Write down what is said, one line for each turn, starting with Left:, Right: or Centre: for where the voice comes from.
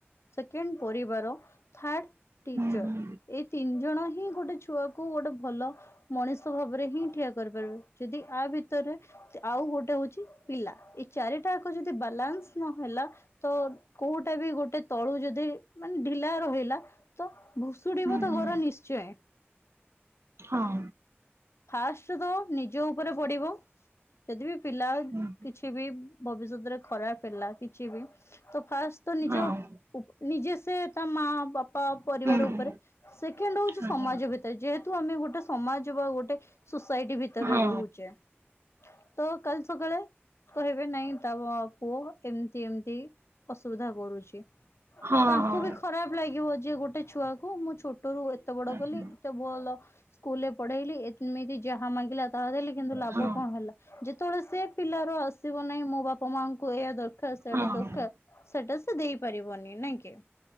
Left: ସେକେଣ୍ଡ ପରିବାର ଥାର୍ଡ ଟିଚର
Right: ହୁଁ ହୁଁ
Left: ଏଇ ତିନି ଜଣ ହିଁ ଗୋଟେ ଛୁଆକୁ ଗୋଟେ ଭଲ ମଣିଷ ଭାବରେ ହିଁ ଠିଆ କରିପାରିବେ। ଯଦି ଆ ଭିତରେ ଆଉ ଗୋଟେ ହଉଛି ପିଲା ଏଇ ଚାରିଟାକ ଯଦି ବାଲାନ୍ସ ନହେଲା ତ କୋଉଟା ବି ଗୋଟେ ତଳୁ ଯଦି ମାନେ ଢିଲା ରହିଲା, ତ ଭୁ ଶୁଡ଼ିବ
Right: ହୁଁ
Left: ତ
Right: ହୁଁ
Left: ଘର ନିଶ୍ଚୟ।
Right: ହଁ।
Left: ଫାଷ୍ଟ ତ ନିଜ ଉପରେ ପଡିବ, ଯଦି ବିି ପିଲା
Right: ହୁଁ
Left: କିଛି ବି ଭବିଷ୍ୟତରେ ଖରାପ ହେଲା କିଛି ବି ତ ଫାଷ୍ଟ ତ ନିଜ
Right: ହଁ
Left: ଉପ ନିଜେ ସେ ତା ମା ବାପା ପରିବାର
Right: ହୁଁ
Left: ଉପରେ। ସେକେଣ୍ଡ ହଉଛି
Right: ଆଚ୍ଛା
Left: ସମାଜ ଭିତରେ ଯେହେତୁ ଆମେ ଗୋଟେ ସମାଜ ବା ଗୋଟେ ସୋସାଇଟି ଭିତରେ
Right: ହଁ
Left: ରହୁଚେ। ତ କାଲି ସକାଳେ କହିବେ ନାଇଁ ତା ବା ପୁଅ ଏମିତି ଏମିତି ଅସୁବିଧା କରୁଚି।
Right: ହଁ
Left: ତାଙ୍କୁ
Right: ହଁ
Left: ବି ଖରାପ ଲାଗିବ ଯିଏ ଗୋଟେ ଛୁଆକୁ ମୁଁ ଛୋଟ ରୁ ଏତେ ବଡ
Right: ଆଚ୍ଛା
Left: କଲି ଏତେ ଭଲ ସ୍କୁଲରେ ପଢେଇଲି ଏମିତି ଯାହା ମାଗିଲା ତାହା ଦେଲି କିନ୍ତୁ ଲାଭ
Right: ହଁ
Left: କଣ ହେଲା। ଯେତେବେଳେ ସେ ପିଲାର ଆସିବ ନାହିଁ ମୋ ବାପା ମାଙ୍କୁ ଏଇ ଦରକାର ସେଆଟା
Right: ହଁ।
Left: ଦରକାର ସେଇଟା ସେ ଦେଇ ପାରିବନି। ନାଇଁ କି?